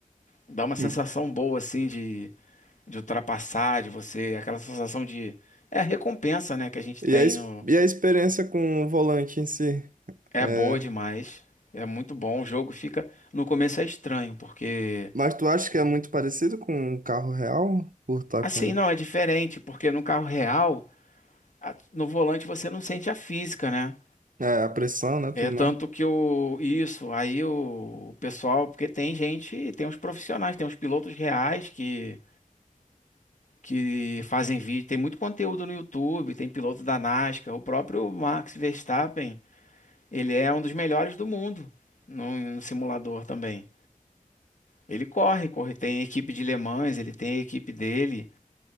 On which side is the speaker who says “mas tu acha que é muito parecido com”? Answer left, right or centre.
Right